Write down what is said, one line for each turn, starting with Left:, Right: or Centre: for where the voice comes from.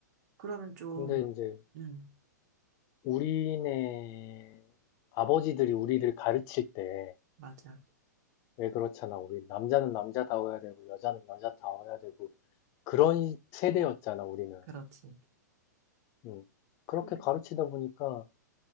Right: 그러면 좀,
Left: 근데 이제
Right: 음,
Left: 우리네 아버지들이 우리를 가르칠 때,
Right: 맞아.
Left: 왜 그렇잖아. 우리 남자는 남자다워야 되고, 여자는 여자다워야 되고, 그런 세대였잖아, 우리는.
Right: 그렇지.
Left: 음. 그렇게
Right: 음,
Left: 가르치다 보니까,